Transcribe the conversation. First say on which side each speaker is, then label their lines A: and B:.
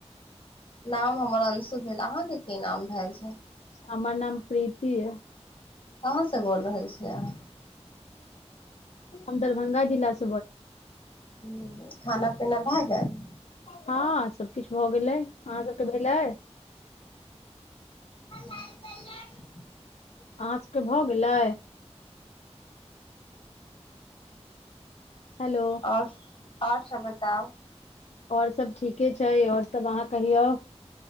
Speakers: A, on the left; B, on the left.
A: नाम हमर अंशु भेल अहाँके की नाम भेल छै
B: हमर नाम प्रीति अय
A: कहाँसँ बोल रहल छियै अहाँ
B: हम दरभंगा जिला सँ
A: हूँ खाना पीना भऽ गेल
B: हँ सबकिछु भऽ गेलै अहाँ सबके भेलै
A: लाल कलम <inaudible>
B: अहाँ सभकेँ भऽ गेलै हेलो
A: आओर आओर सब बताउ
B: आओर सभ ठीके छै आओर सभ अहाँ कहियौ